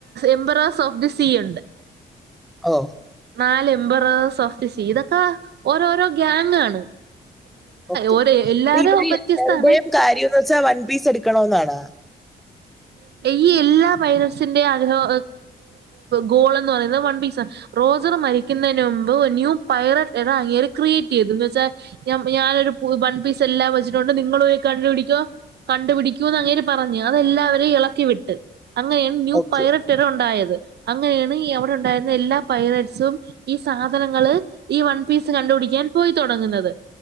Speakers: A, on the right; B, in the centre.
A: emperors of the sea ഉണ്ട്
B: ഓ
A: നാല് എംബറേസ് ഓഫ് ദി സി ഇതൊക്കെ ഓരോരോ ഗ്യാങ് ആണ്
B: ഓക്കെ
A: ഓരോ
B: ഇപ്പ
A: എല്ലാരും
B: ഇവല്
A: വ്യത്യസ്താണ്
B: എവിടെയും കാര്യംന്ന് വച്ചാ വൺ പീസ് എടുക്കണന്നാണാ
A: ഈ എല്ലാ പൈററ്റ്സിന്റെ ആഗ്രഹം ഗോൾന്ന് പറയുന്നത് വൺ പീസ് ആണ് റോസർ മരിക്കുന്നതിന് മുമ്പ് ന്യൂ പൈലറ്റ് ഇട അങ്ങര് ക്രിയേറ്റ് ചെയ്ത് എ വച്ചാ ഞ വൺ പീസ് എല്ലാം വെച്ചിട്ടുണ്ട് നിങ്ങള് പോ കണ്ടുപിട കണ്ടുപിടിക്കൂന്ന് അങ്ങേര് പറഞ്ഞ അതെല്ലാവരെയും ഇളക്കി വിട്ട് അങ്ങനെയാണ്, ന്യൂ,
B: ഓക്കെ
A: പൈററ്റർ, ഉണ്ടായത്, അങ്ങനെയാണ്, ഈ, അവിടെ, ഉണ്ടായിരുന്ന, എല്ലാ, പൈററ്റ് സും, ഈ, സാധനങ്ങള്, ഈ, വൺ, പീസ് കണ്ടുപിടിക്കാൻ, പോയി, തുടങ്ങുന്നത്.